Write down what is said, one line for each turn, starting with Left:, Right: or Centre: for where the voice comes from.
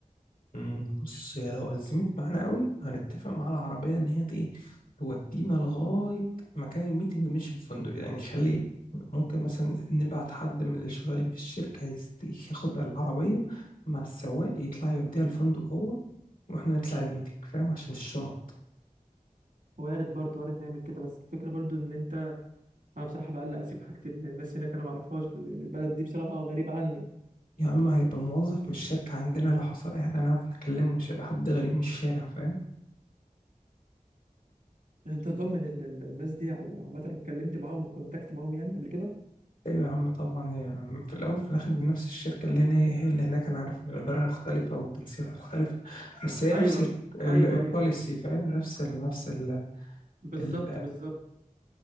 Left: مم، بص هي لو أزمت معانا قوي هنتفق مع العربية إن هي ت- إيه تودينا لغاية مكان الميتنج مش الفندق يعني خلي ممكن مثلا نبعت حد من اللي شغالين في الشركة يست- ياخد العربية مع السواق يطلع يوديها الفندق هو وإحنا نطلع الميتنج فاهم عشان الشنط
Right: وارد برضو وارد نعمل كده بس الفكره برضو ان انت انا بصراحه بقلق اسيب حاجه ال- الناس هناك انا ما اعرفهاش بال- البلد دي بصراحه غريبه عني
Left: يا إما هيبقى موظف من الشركة عندنا لو حصل أي حاجة هنعرف نكلمه مش هيبقى حد غريب من الشارع فاهم
Right: انت ضامن ال- ال- الناس دي او عامه لو اتكلمت معاهم وكونتاكت معاهم يعني قبل كده
Left: ايوه يا عم طبعا يعني في الاول في الاخر نفس الشركه اللي هنا هي هي اللي هناك انا عارف ان الاداره مختلفه والجنسيات مختلفه بس هي نفس
Right: ايوه
Left: ال- ال-
Right: ايوه
Left: البوليسي
Right: ايوه
Left: فاهم نفس ال نفس ال
Right: بالظبط
Left: ال-
Right: بالظبط